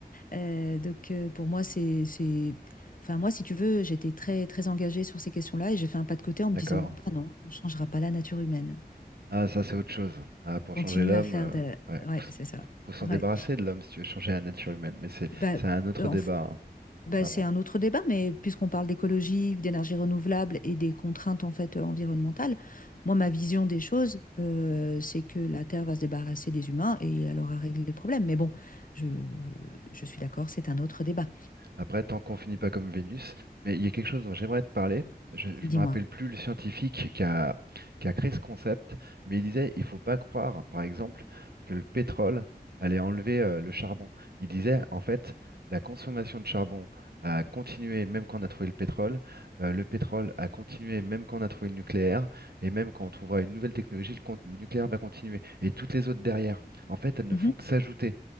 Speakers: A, on the left; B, on the right.
A: Euh, donc euh, pour moi, c'est, c'est... Enfin, moi, si tu veux, j'étais très, très engagée sur ces questions-là et j'ai fait un pas de côté en me
B: D'accord.
A: disant, bah non, on ne changera pas la nature humaine.
B: Ah, ça, c'est autre chose. Ah, pour
A: Continue
B: changer l'homme,
A: à faire
B: euh,
A: de...
B: ouais,
A: Ouais,
B: faut, s-
A: c'est ça.
B: faut s'en débarrasser
A: Ouais.
B: de l'homme si tu veux changer la nature humaine, mais c'est
A: Bah,
B: c'est un autre
A: euh, en
B: débat. hein.
A: Bah,
B: Enfin
A: c'est
B: bon.
A: un autre débat, mais puisqu'on parle d'écologie, d'énergie renouvelable et des contraintes en fait euh, environnementales, moi ma vision des choses, euh, c'est que la Terre va se débarrasser des humains et elle aura réglé le problème. Mais bon, je, je suis d'accord, c'est un autre débat.
B: Après, tant qu'on finit pas comme Vénus, mais il y a quelque chose dont j'aimerais te parler. Je, je
A: Dis-moi.
B: me rappelle plus le scientifique qui a, qui a créé ce concept, mais il disait il faut pas croire, par exemple, que le pétrole allait enlever euh, le charbon. Il disait en fait la consommation de charbon a continué même quand on a trouvé le pétrole, euh, le pétrole a continué même quand on a trouvé le nucléaire, et même quand on trouvera une nouvelle technologie, le con- le nucléaire va continuer, et toutes les autres derrière. En fait, elles ne
A: Mhm.
B: font que s'ajouter.